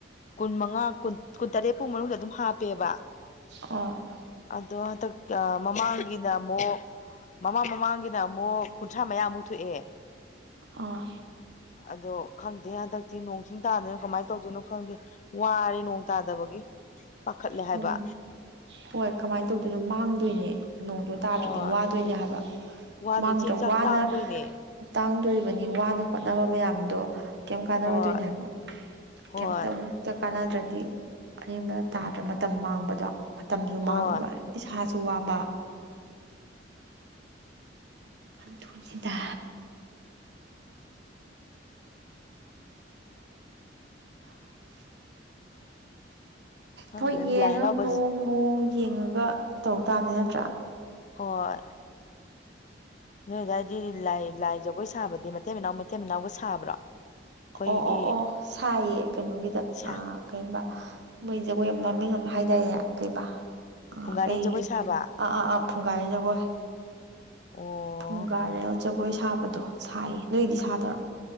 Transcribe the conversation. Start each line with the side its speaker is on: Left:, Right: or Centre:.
Left: ꯀꯨꯟꯃꯉꯥ ꯀꯨꯟ ꯀꯨꯟꯇꯔꯦꯠ ꯄꯧ ꯃꯅꯨꯡꯗ ꯑꯗꯨꯝ ꯍꯥꯞꯄꯦꯕ
Right: ꯑꯣ
Left: ꯑꯗꯣ ꯍꯟꯗꯛ ꯃꯃꯥꯡꯒꯤꯅ ꯑꯃꯨꯛ ꯃꯃꯥꯡ ꯃꯃꯥꯡꯒꯤꯅ ꯑꯃꯨꯛ ꯀꯨꯟꯊ꯭ꯔꯥ ꯃꯌꯥꯃꯨꯛ ꯊꯣꯛꯑꯦ
Right: ꯑꯥ꯫
Left: ꯑꯗꯣ ꯈꯪꯗꯦ ꯍꯟꯗꯛꯇꯤ ꯅꯣꯡꯁꯤꯡ ꯇꯥꯗꯅꯣ ꯀꯃꯥꯏꯅ ꯇꯧꯗꯣꯏꯅꯣ ꯈꯪꯗꯦ꯫ ꯋꯥꯔꯦ ꯅꯣꯡ ꯇꯥꯗꯕꯒꯤ ꯄꯥꯈꯠꯂꯦ ꯍꯥꯏꯕ꯫
Right: ꯎꯝ ꯍꯣꯏ ꯀꯃꯥꯏꯅ ꯇꯧꯗꯣꯏꯅꯣ ꯃꯥꯡꯗꯣꯏꯅꯦ ꯅꯣꯡꯗꯣ ꯇꯥꯗ꯭ꯔꯗꯤ
Left: ꯍꯣꯏ
Right: ꯋꯥꯗꯣꯏꯅꯦ ꯍꯥꯏꯕ꯫
Left: ꯋꯥꯗꯣꯏ
Right: ꯃꯥꯡꯗ꯭ꯔꯣ
Left: ꯆꯦꯡ ꯆꯥꯛ
Right: ꯋꯥꯅ
Left: ꯇꯥꯡꯗꯣꯏꯅꯦ
Right: ꯇꯥꯡꯗꯣꯔꯤꯕꯅꯤ ꯋꯥꯅ ꯍꯣꯠꯅꯕ ꯃꯌꯥꯝꯗꯣ꯫ ꯀꯩꯝ ꯀꯥꯟꯅꯔꯣꯏꯗꯣꯏꯅꯦ
Left: ꯍꯣꯏ
Right: ꯍꯥꯏꯕ
Left: ꯍꯣꯏ
Right: ꯀꯝꯇ ꯀꯥꯟꯅꯗ꯭ꯔꯗꯤ ꯑꯔꯦꯝꯕ ꯇꯥꯗ꯭ꯔ ꯃꯇꯝ ꯃꯥꯡꯕꯗꯣ ꯃꯇꯝꯁꯨ
Left: ꯍꯣꯏ
Right: ꯃꯥꯡꯕ ꯏꯁꯥꯁꯨ ꯋꯥꯕ꯫ ꯑꯗꯨ ꯅꯤꯗ꯫
Left: <inaudible>
Right: <inaudible>
Left: ꯈꯪꯗꯦ
Right: ꯍꯣꯏ ꯌꯦꯡꯉ
Left: ꯂꯥꯏ ꯍꯔꯥꯎꯕꯁꯤ
Right: ꯃꯑꯣꯡ ꯃꯑꯣꯡ ꯌꯦꯡꯉꯒ ꯇꯧ ꯇꯥꯕꯅꯤ ꯅꯠꯇ꯭ꯔꯥ꯫
Left: ꯍꯣꯏ꯫ ꯅꯣꯏ ꯑꯗꯥꯏꯗꯤ ꯂꯥꯏ ꯂꯥꯏ ꯖꯒꯣꯏ ꯁꯥꯕꯗꯤ ꯃꯥꯇꯩ ꯃꯅꯥꯎ ꯃꯥꯇꯩ ꯃꯅꯥꯎꯒ ꯁꯥꯕ꯭ꯔꯣ꯫ ꯑꯩꯈꯣꯏꯒꯤ
Right: ꯑꯣ ꯑꯣ ꯑꯣ ꯁꯥꯏꯌꯦ ꯀꯩꯅꯣꯒꯤꯗ
Left: ꯁꯥ
Right: ꯑꯥ꯫ ꯀꯩꯕ ꯃꯣꯏ ꯖꯒꯣꯏ ꯑꯃ ꯃꯃꯤꯡ ꯑꯃ ꯍꯥꯏꯗꯥꯏꯅꯦ ꯀꯩꯕꯥ꯫ ꯑꯥ
Left: ꯐꯨꯡꯒꯥꯔꯦꯟ
Right: ꯀꯩ
Left: ꯖꯒꯣꯏ ꯁꯥꯕ
Right: ꯑꯥ ꯑꯥ ꯑꯥ ꯐꯨꯡꯒꯥꯏꯖꯒꯣꯏ꯫
Left: ꯑꯣ
Right: ꯃꯨꯡꯒꯥꯔꯦꯜ ꯖꯒꯣꯏ ꯁꯥꯕꯗꯣ ꯁꯥꯏ ꯅꯣꯏꯗꯤ ꯁꯥꯗ꯭ꯔꯣ꯫